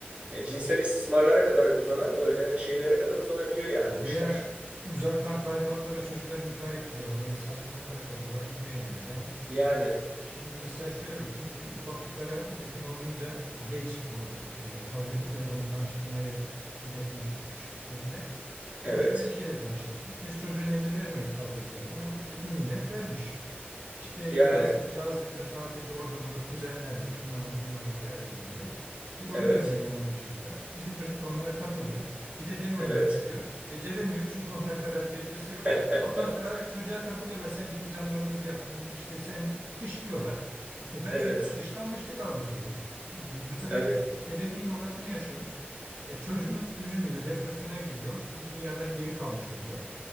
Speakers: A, on the right (about 30°); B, on the right (about 85°).
A: E, cinsel istismarlara kadar uzanan böyle şeylere kadar uzanabiliyor yani
B: Veya
A: bu işler.
B: uzaktan talimatlarla çocukları intihar ettiriyorlar. Böyle saçmalıklara kadar olay gidiyor yani. Ben
A: Yani
B: şimdi mesela şöyle dostum bizim ufaklıklara mümkün olduğunca geç bu e, tableti telefonu tanıştırmayı hedeflemiştik küçüklüklerinde. Ama
A: evet.
B: şöyle bir şeyle karşılaştık. Biz çocuğun eline vermiyoruz tablet telefon ama bütün millet vermiş. İşte yaz
A: Yani
B: yazlıkta tatilde orada burada kuzenlerle şunlarla bunlarla bir araya geliniyor. Bir oyun
A: evet.
B: oynuyor yanındaki çocuklar. Bizim çocuk da onlara katılıyor. Bir de ben oynayayım
A: Evet.
B: diyor. Beceremiyor çünkü onlar kadar tecrübesi
A: <laughs>
B: yok. Ondan sonra çocuğa takılıyorlar. Sen bizim canlarımızı yaktın. İşte sen dışlıyorlar. Bu sefer
A: Evet.
B: çocukta dışlanmışlık algısı oluyor. Bu sefer
A: Tabii.
B: biz e, ebeveyn olarak ne yaşıyoruz? E, çocuğun üzülüyor, depresyona giriyor, bir dünyadan geri kalmış oluyor.